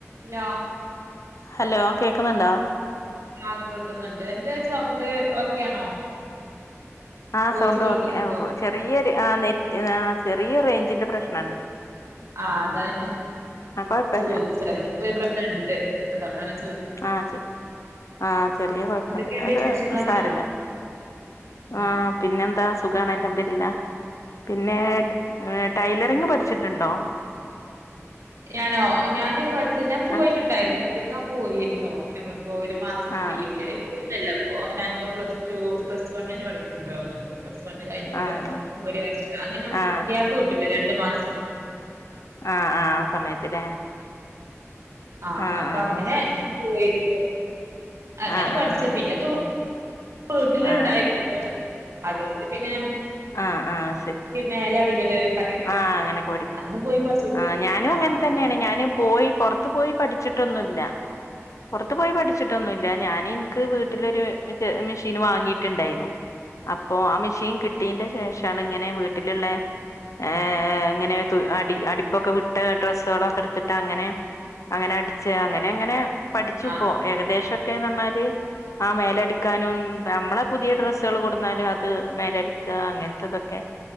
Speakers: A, on the right; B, on the left.
A: ഇല്ല.
B: ഹലോ കേക്കുന്നുണ്ടോ?
A: ആ കേൾക്കുന്നുണ്ട് എന്റെ സൗണ്ട് ഓക്കെയാണോ?
B: ആ
A: വോയിസ്
B: സൗണ്ട്
A: കേൾക്കുന്നില്ലോ
B: ഓക്കെ ചെറിയൊരു ആ നെറ്റ് ചെറിയ റേഞ്ചിന്റെ പ്രശ്നം ഉണ്ട്.
A: ആഹ് അതാ ഞാൻ
B: ആ കൊഴപ്പല്ല
A: ചോദിച്ചേ ഇപ്പ ഒരു പ്രശ്നം ഉണ്ട് അതൊണ്ടാണ്.
B: ആഹ് ചെ ആഹ് ചെറിയ കൊഴപ്പുണ്ട്
A: എന്തൊക്കെയുണ്ട്
B: അത്
A: വിശേഷങ്ങളൊക്കെ
B: സാരയില്ല. ആഹ്
A: ആ
B: പിന്നെന്താ. സുഖാണല്ലോ, അൽഹംദുലില്ലാഹ് പിന്നെ ടൈലറിങ് പഠിച്ചിട്ടുണ്ടോ? <inaudible>
A: ഞാനോ ഞാൻ പഠിച്ച ഞാൻ പോയിട്ടുണ്ടായിരുന്നു,
B: ആ
A: പഠിക്കാൻ പോയിരുന്നു നമ്മള് ഇപ്പൊ ഒരു മാസത്തെ
B: ആ
A: ലീവില് ഇപ്പൊന്നല്ല ഇ ഞാനിപ്പോ പ്ലസ് ടു പ്ലസ് വണ്ണിന് പഠിക്കുമ്പോഴൊ തോന്നണുണ്ട്. പ്ലസ് വണ്ണ് കഴിഞ്ഞിട്ട്
B: ആ ആ ശരി
A: ഒരു വർഷം അങ്ങനെ
B: ആ
A: ഗ്യാപ്പ് കിട്ടൂലേ രണ്ടു മാസം.
B: ആഹ് ആഹ് ആ സമയത്തില്ലേ.
A: ആഹ്
B: ആ
A: അപ്പൊ
B: ആ
A: അങ്ങനെ
B: ശരി
A: പോയിരുന്നു, അങ്ങനെ
B: ആ ആ
A: പഠിച്ചു
B: ആ
A: പിന്നിപ്പോ വീട്ടിലുണ്ടായിരുന്നു
B: ആ
A: അതുകൊണ്ട് പിന്നെ ഞ നിക്ക്
B: ആ ആ ആ ശരി
A: മേലെ അടിക്കല് ഒക്കെ അറിയാം,
B: ആ അങ്ങനെയൊക്കെ പഠിക്ക
A: അന്ന് പോയി പഠിച്ചിട്ടില്ലായിരുന്നോ.
B: ആ ഞാനും അങ്ങനെ തന്നെയാണ് ഞാന് പോയി പുറത്തു പോയി പഠിച്ചിട്ടൊന്നു ഇല്ല. പൊറത്തു പോയി പഠിച്ചിട്ടൊന്നുല്ല ഞാനിൻക്ക് വീട്ടിലൊരുഇത് മിഷീൻ വാങ്ങിട്ട്ണ്ടായ്ന്നു അപ്പൊ ആ മെഷീൻ കിട്ടീന്റെ ശേഷാണ് ഇങ്ങനെ വീട്ടില്ള്ളെ ഏർ അങ്ങനെതു അടി അടിപ്പൊക്കെ വിട്ട ഡ്രസ്സോളൊക്കെടുത്തിട്ടങ്ങനെ അങ്ങനെ അടിച്ച് അങ്ങനെ അങ്ങനെ പഠിച്ചു
A: ആ
B: പോ ഏകദേശംക്കെന്നർഞ്ഞാല് ആ മേലടിക്കാനും ഞമ്മളെ പുതിയ ഡ്രസ്സ് സ്സെള് കൊട്ന്നാലും അത് മേലടിക്ക അങ്ങൻത്തെഇതൊക്കെ